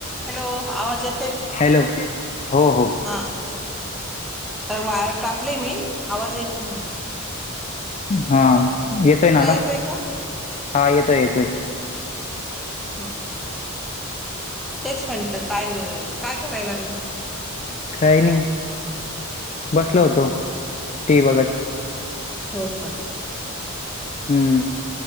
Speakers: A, in the centre; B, on the left (about 30°).
A: हॅलो आवाज येतो
B: हॅलो हो हो.
A: हा तर वायर टाक लय मी. आवाज येत नाही.
B: हा ना
A: तुला
B: आता
A: येतोय का?
B: हा येतोय - येतोय.
A: हो. तेच म्हटलं काय काय कराय लागला.
B: काही नाही बसलो होतो
A: ह
B: टी व्ही बघत.
A: हो का.
B: हम्म.